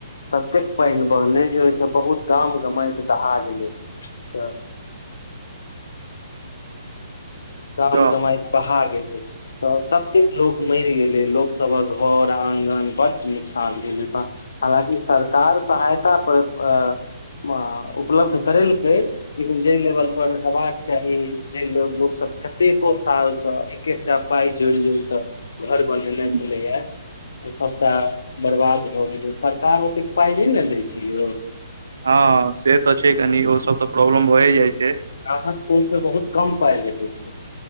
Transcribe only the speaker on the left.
ततेक पानि बहलै जे ओहिस बहुत गाम गमैट दहा गेलै त गाम
गमाय बहा गेलै तऽ ततेक लोग मरि गेलै लोकसभक घर आङगन बड नुकसान भेलै त हालाँकि सरकार सहायता पर अ मऽ उपलब्ध करेलकै। लेकिन जाहि लेवल पर हेबाक चाही जाइ ल लोक सब कतेको सालसँ एक एकटा पाय जोड़ि जोड़ि कऽ घर बनेने
छलैया ओ सभटा बर्बाद भऽ गेलै सरकार ओतेक पाइ नहि ने दै छै यौ।
राहत कोष में बहुत कम पाय भेटै छै।